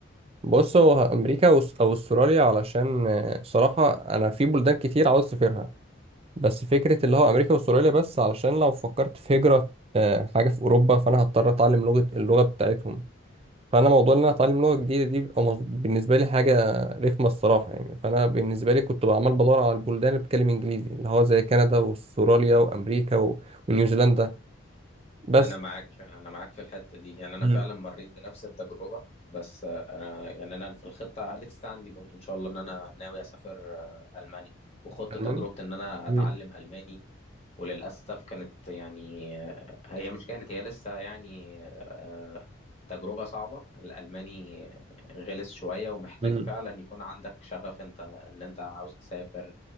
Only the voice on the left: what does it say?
انا معاك انا معاك في الحته دي يعني انا
فعلا مريت بنفس التجربه بس آه، انا يعني انا في الخطه لسه عندي برضو ان شاء الله ان انا ناوي اسافر آه، المانيا وخدت
تجربه ان انا
اتعلم الماني وللاسف كانت يعني آه، هي مش كانت هي لسه يعني آه، تجربه صعبه الالماني غلس شويه ومحتاج
فعلا يكون عندك شغف انت ان انت عاوز تسافر